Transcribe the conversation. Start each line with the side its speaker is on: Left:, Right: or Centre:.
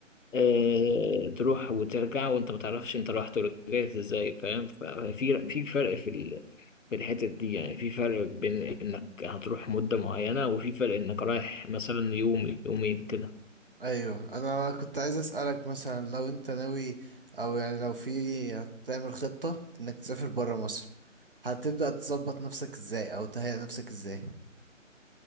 Left: اه تروح وترجع وانت ما تعرفش انت رحت ورجعت ازاي فاهم ففي في فرق في ال... في الحتت دي يعني في فرق بين انك هتروح مدة معينة وفي فرق انك رايح مثلا يوم يومين كده
Right: ايوه انا كنت عايز اسالك مثلا لو انت ناوي او يعني لو في هتعمل خطه انك تسافر برا مصر هتبدأ تظبط نفسك ازاي او تهيئ نفسك ازاي